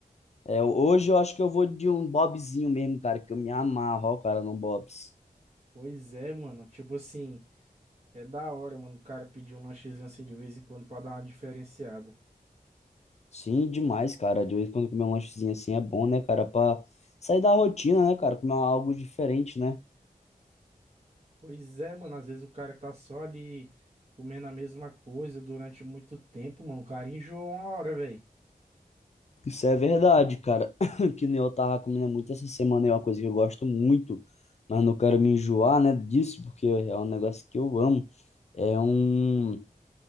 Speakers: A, on the left; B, on the right.
A: É, hoje eu acho que eu vou de um Bobzinho mesmo, cara, que eu me amarro, ó, cara, no Bob's.
B: Pois é, mano, tipo assim. É da hora, mano, o cara pedir um lanchezinho assim de vez em quando pra dar uma diferenciada.
A: Sim, demais, cara. De vez em quando comer um lanchezinho assim é bom, né, cara? Pra sair da rotina, né, cara? Comer algo diferente, né?
B: Pois é, mano, às vezes o cara tá só ali comendo a mesma coisa durante muito tempo, mano. O cara enjoa uma hora, velho.
A: Isso é verdade, cara. <coughs> <clears throat> Que nem eu tava comendo muito essa semana, é uma coisa que eu gosto muito, mas não quero me enjoar, né, disso, porque é um negócio que eu amo. É um